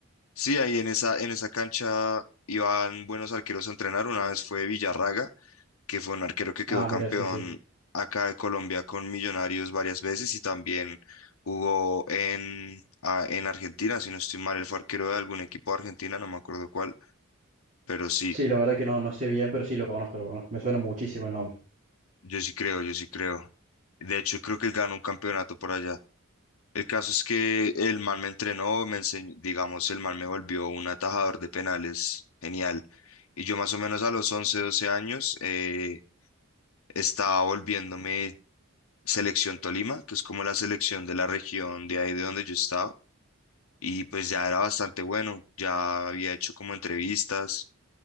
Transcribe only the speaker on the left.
sí, ahí en esa, en esa cancha iban buenos arqueros a entrenar, una vez fue Villarraga que fue un arquero que quedó
campeón
acá de Colombia con Millonarios varias veces y también jugó en, ah, en Argentina, si no estoy mal, él fue arquero de algún equipo de Argentina, no me acuerdo cuál, pero sí,
yo sí creo, yo sí creo. De hecho, creo que él ganó un campeonato por allá. El caso es que el man me entrenó, me enseñó, digamos, el man me volvió un atajador de penales, genial. Y yo más o menos a los 11 12 años eh, estaba volviéndome Selección Tolima, que es como la selección de la región de ahí de donde yo estaba, y pues ya era bastante bueno, ya había hecho como entrevistas,